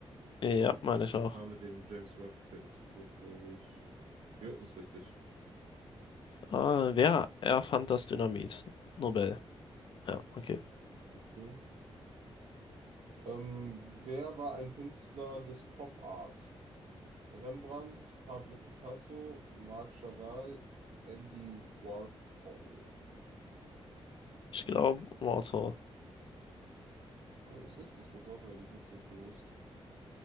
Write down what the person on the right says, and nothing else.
Das
war mit dem James Webb-Teleskop, glaube ich. Jo, ist richtig.
Okay. Ähm, wer war ein Künstler des Pop Art? Rembrandt, Pablo Picasso, Marc Chagall, Andy Warhol.
Äh, ist richtig, Tatsache, hätte ich jetzt nicht gewusst.